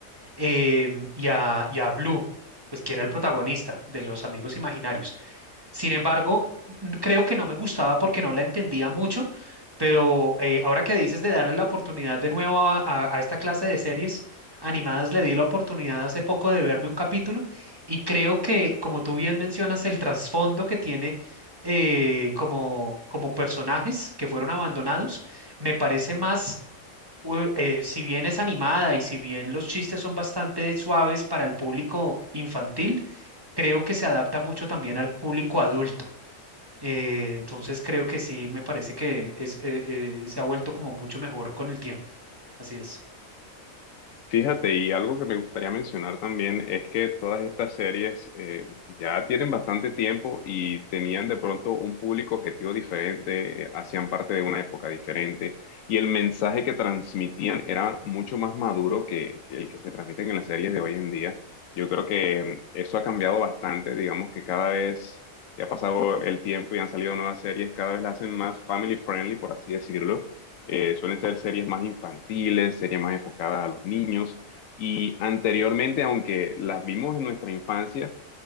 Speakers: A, on the right; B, on the left.
A: em, y, a, y a Blue, pues que era el protagonista de los amigos imaginarios. Sin embargo, n- creo que no me gustaba porque no la entendía mucho, pero eh, ahora que dices de darle la oportunidad de nuevo a, a- a esta clase de series animadas, le di la oportunidad hace poco de verme un capítulo y creo que, como tú bien mencionas, el trasfondo que tiene eh, como, como personajes que fueron abandonados, me parece más u- eh, si bien es animada y si bien los chistes son bastante suaves para el público infantil, creo que se adapta mucho también al público adulto. Eh, entonces creo que sí, me parece que es, eh, eh, se ha vuelto como mucho mejor con el tiempo. Así es.
B: Fíjate, y algo que me gustaría mencionar también es que todas estas series eh, ya tienen bastante tiempo y tenían de pronto un público objetivo diferente, eh, hacían parte de una época diferente y el mensaje que transmitían era mucho más maduro que, que el que se transmite en las series de hoy en día. Yo creo que mm, eso ha cambiado bastante, digamos que cada vez que ha pasado el tiempo y han salido nuevas series, cada vez las hacen más family friendly, por así decirlo eh, suelen ser series más infantiles, series más enfocadas a los niños. Y anteriormente, aunque las vimos en nuestra infancia,